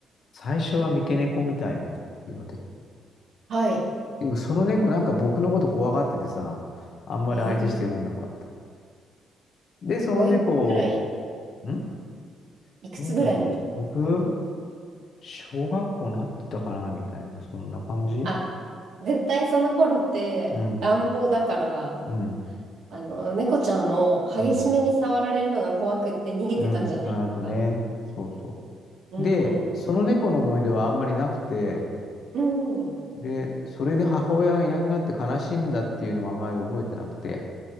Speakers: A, on the left; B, on the right.
A: 最初は三毛猫みたいな色で。
B: はい。
A: でもその猫なんか僕のこと怖がっててさ、あんまり相手してくれなかった。
B: えー、
A: で、その猫を、
B: おいくつぐらい、
A: ん
B: いくつぐらいの時ですか
A: どうだろう。僕、小学校なってたかなみたいな、そんな感じ
B: あ、絶対その頃って乱暴だから、
A: うん、うん、
B: あの、猫ちゃんも激しめに触られるのが怖くって逃げてたんじゃないですか。
A: うん、うん。あとね、そうそ
B: うん。
A: う。で、その猫の思い出はあんまりなくて、
B: うん。
A: で、それで母親がいなくなって悲しいんだっていうのもあんまり覚えてなくて。